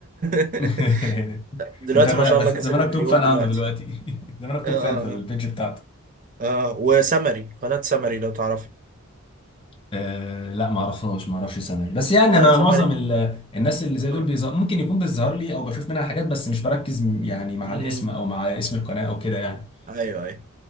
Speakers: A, on the right; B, on the left.
A: <laughs>
B: <laughs>
A: دلوقتي
B: انت بقى
A: ما شاء
B: بس
A: الله
B: زمانك
A: كسر المليون
B: توب فان
A: دلوقتي
B: عنده دلوقتي <laughs> زمانك
A: اه
B: توب
A: اه
B: فان في البيج بتاعته
A: اه آه. وسمري قناه سمري لو تعرفها
B: آه لا ما اعرفهاش ما اعرفش اسامي بس يعني
A: لا
B: انا
A: سمري
B: معظم ال- الناس اللي زي
A: اه
B: دول بيظهر ممكن يكون بيظهر لي او بشوف منها حاجات بس مش بركز م- يعني مع
A: امم
B: الاسم او مع اسم القناه او كده يعني
A: ايوه ايوه